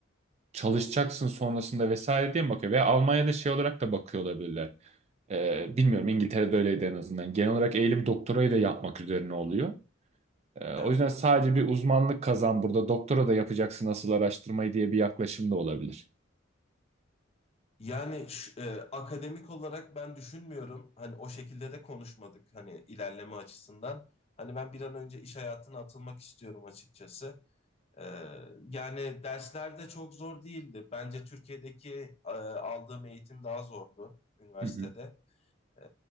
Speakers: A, on the right (about 35°); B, on the left (about 30°).
A: çalışacaksın sonrasında vesaire diye mi bakıyor? Veya Almanya'da şey olarak da bakıyor olabilirler. Eee, bilmiyorum İngiltere'de öyleydi en azından. Genel olarak eğilim doktorayı da yapmak üzerine oluyor. Ee, O
B: Evet.
A: yüzden sadece bir uzmanlık kazan burada. Doktora da yapacaksın asıl araştırmayı diye bir yaklaşım da olabilir.
B: Yani şu- e, akademik olarak ben düşünmüyorum. Hani o şekilde de konuşmadık hani ilerleme açısından. Hani ben bir an önce iş hayatına atılmak istiyorum açıkçası. E, yani dersler de çok zor değildi. Bence Türkiye'deki e, aldığım eğitim daha zordu üniversitede.
A: Hı hı.
B: Ee,